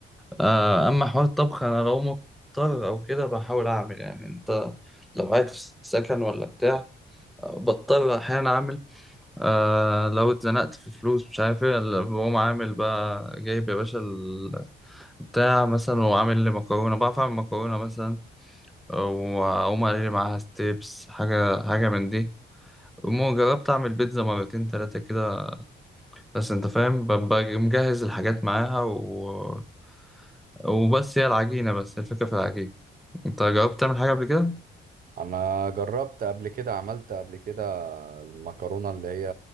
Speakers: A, in the centre; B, on the right.
A: آه أما حوار الطبخ أنا لو مضطر أو كده بحاول أعمل يعني أنت لو قاعد في السكن ولا بتاع آه، بضطر أحيانا أعمل آه لو اتزنقت في فلوس مش عارف إيه لا، بقوم عامل بقى جايب يا باشا ال- بتاع مثلا وعامل لي مكرونة بعرف أعمل مكرونة مثلا وأقوم أقلي معاها ستيبس حاجة حاجة من دي المهم جربت أعمل بيتزا مرتين تلاتة كده بس أنت فاهم ببقى مجهز الحاجات معاها و... وبس هي العجينة بس الفكرة في العجينة أنت جربت تعمل حاجة قبل كده؟
B: انا جربت قبل كده عملت قبل كده المكرونه اللي هي